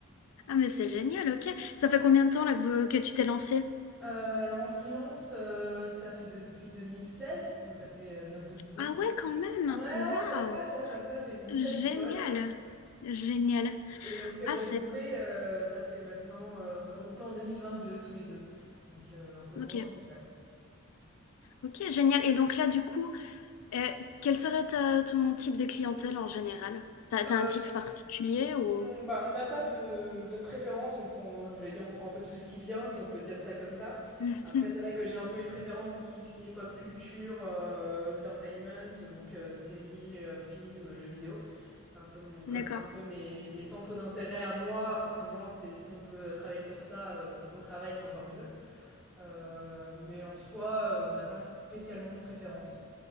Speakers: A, on the left; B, in the centre.
A: Ah, mais c'est génial, ok. Ça fait combien de temps là que, vous- que tu t'es lancé?
B: Euh, alors en freelance, euh, ça fait depuis 2016 donc ça fait euh, bientôt dix ans.
A: Ah ouais, quand même.
B: Ouais, ouais,
A: Waouh.
B: ça fasse, hein, ça fasse à une vitesse
A: Génial.
B: folle.
A: Génial.
B: Et on s'est regroupés,
A: Ah, c'est...
B: euh, ça fait maintenant, euh, on s'est regroupés en 2022 tous les deux. Donc euh, un peu moins,
A: Ok,
B: mais ouais.
A: ok, génial. Et donc là, du coup, euh, quel serait ta- ton type de clientèle en général? T'as,
B: Euh,
A: t'as un type particulier ou...
B: On, bah, on n'a pas de, de préférence, on prend, j'allais dire, on prend un peu tout ce qui vient, si on peut dire ça comme ça.
A: <laughs>
B: Après, c'est vrai que j'ai un peu une préférence pour tout ce qui est pop culture, euh, entertainment, donc euh, séries, euh, films, jeux vidéo. C'est un peu mon, comme
A: D'accord,
B: c'est un peu mes, mes centres d'intérêt à moi, forcément, c'est si on peut travailler sur ça euh, au travail, c'est encore mieux. Euh, mais en soi, euh, on n'a pas spécialement de préférence.